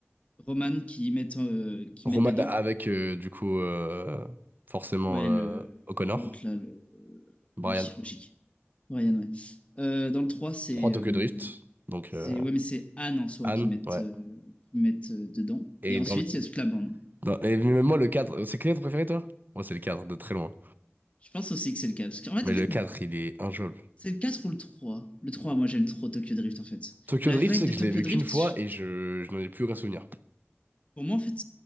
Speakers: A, on the left; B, on the right.
A: Roman qui mettent, euh, qui
B: Roman
A: mettent dedans.
B: avec, euh, du coup, euh, forcément
A: Ouais,
B: euh,
A: le,
B: O'Connor,
A: l'autre là, le.
B: Brian.
A: Oui, logique. Ryan, ouais. Euh, dans le 3 c'est.
B: 3 Tokyo
A: euh,
B: Drift, donc
A: c'est
B: euh,
A: ouais, mais c'est Anne en soi
B: Anne,
A: qui mettent,
B: ouais.
A: euh, qui mettent euh, dedans.
B: Et
A: Et ensuite,
B: dans le.
A: il y a toute la bande.
B: dans- et même moi, le 4. c'est quel est ton préféré, toi? Moi, c'est le 4 de très loin.
A: Je pense aussi que c'est le quatre Parce qu'en fait,
B: Mais
A: en
B: le
A: fait
B: 4 il est injouable.
A: c'est le quatre ou le 3. Le 3 moi, j'aime trop Tokyo Drift, en fait.
B: Tokyo
A: La
B: Drift,
A: vibe
B: c'est
A: de
B: que je
A: Tokyo
B: l'ai vu
A: Drift,
B: qu'une fois
A: je-
B: et je, je n'en ai plus aucun souvenir.
A: Pour moi, en fait,